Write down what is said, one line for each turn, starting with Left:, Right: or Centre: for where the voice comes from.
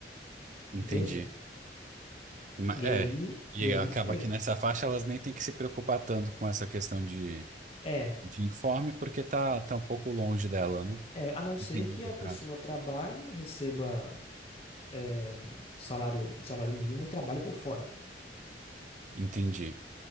Right: Entendi.
Left: entende?
Right: Ma-
Left: E
Right: É,
Left: aí, e
Right: e
Left: aí,
Right: acaba
Left: você-
Right: que nessa faixa elas nem têm que se preocupar tanto com essa questão de,
Left: é,
Right: de informe, porque tá, tá um pouco longe dela, né?
Left: É, a não ser
Right: Dependendo
Left: que a
Right: do
Left: pessoa
Right: caso.
Left: trabalhe, receba é, salário, o salário mínimo e trabalhe por fora.
Right: Entendi.